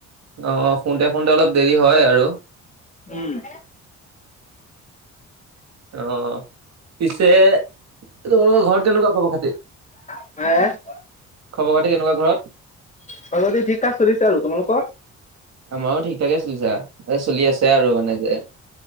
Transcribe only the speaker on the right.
অ, শুওঁতে শুওঁতে অলপ দেৰি হয় আৰু।
অ, পিছে তোমালোকৰ ঘৰত কেনেকুৱা খবৰ খাতি?
খবৰ খাতি কেনেকুৱা ঘৰত?
আমাৰো ঠিক ঠাকে চলিছা এ চলি আছে আৰু মানে যে।